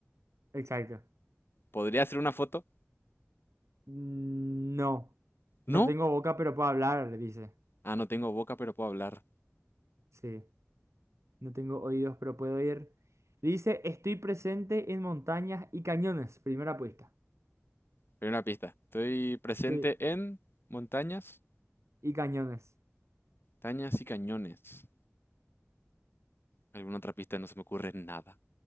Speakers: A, on the right; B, on the left.
A: Exacto.
B: ¿Podría hacer una foto?
A: Mm, No.
B: No.
A: No tengo boca, pero puedo hablar, le dice.
B: Ah, no tengo boca, pero puedo hablar.
A: Sí. No tengo oídos, pero puedo oír. Dice, estoy presente en montañas y cañones. Primera apuesta.
B: Primera pista. Estoy presente
A: Sí,
B: en montañas,
A: y cañones.
B: montañas y cañones. Alguna otra pista, no se me ocurre nada.